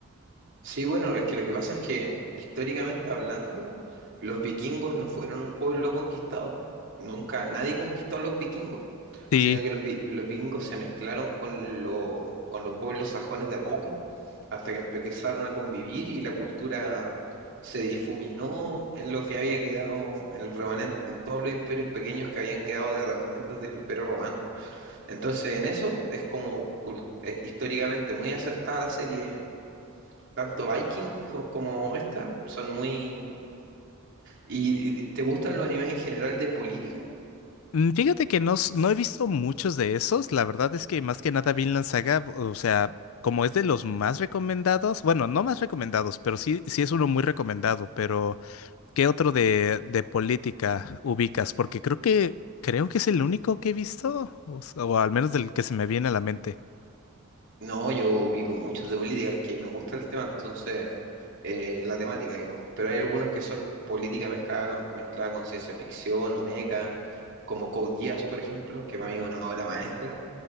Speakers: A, on the right; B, on the left.
A: Sí, bueno, es que lo que pasa es que históricamente hablando, los vikingos no fueron un pueblo conquistado. Nunca nadie conquistó a los vikingos,
B: Sí.
A: sino que los, vi- los vikingos se mezclaron con, lo- con los pueblos sajones de a poco, hasta que empezaron a convivir y la cultura se difuminó en lo que había quedado, en los remanentes, en todos los imperios pequeños que habían quedado de remanentes del Imperio Romano. Entonces, en eso es como cul- eh, históricamente muy acertada la serie tanto Vikings co- como esta son muy... ¿Y, y te gustan los animes en general de política?
B: Mm, Fíjate que no, s- no he visto muchos de esos. La verdad es que más que nada Vinland Saga, o sea, como es de los más recomendados, bueno, no más recomendados, pero sí, sí es uno muy recomendado. Pero, ¿qué otro de, de política ubicas? Porque creo que, creo que es el único que he visto, o s- o al menos del que se me viene a la mente.
A: No, yo ubico muchos de política, que me gusta el tema, entonces eh, la temática, digamos. Pero hay algunos que son política mezclada, mezclada con ciencia ficción o meca, como Code Geass, por ejemplo, que para mí es una obra maestra.